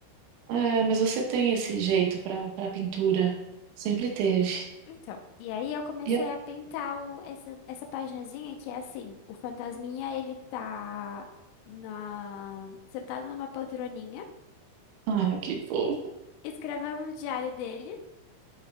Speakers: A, on the right (about 75°); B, on the left (about 80°).
A: É, mas você tem esse jeito para para pintura. Sempre teve.
B: Então, e aí eu comecei
A: E, eu-
B: a pintar o- essa, essa paginazinha que é assim, o fantasminha ele tá na, sentado numa poltroninha,
A: ah, que fofo.
B: escrevendo no diário dele,